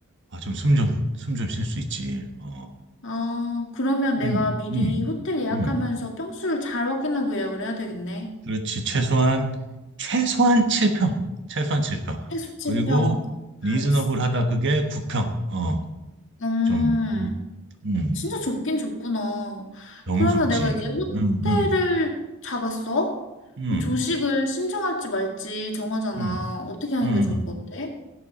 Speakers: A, on the right; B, on the left.
A: 아, 좀 숨 좀 숨 좀 쉴 수 있지. 어.
B: 아, 그러면 내가
A: 음.
B: 미리
A: 음.
B: 호텔 예약하면서
A: 음.
B: 평수를 잘 확인하고 예약을 해야 되겠네.
A: 그렇지. 최소한, 최소한 7평. 최소한 7평.
B: 해수 칠평
A: 그리고 리즈너블하다
B: 알겠어.
A: 그게 9평. 어,
B: 음,
A: 좀, 음, 음,
B: 진짜 좁긴 좁구나.
A: 너무
B: 그러면
A: 좁지.
B: 내가 이제 호텔을
A: 음, 음,
B: 잡았어?
A: 음,
B: 그럼 조식을 신청할지 말지 정하잖아.
A: 음,
B: 어떻게 하는
A: 음.
B: 게 좋을 것 같아?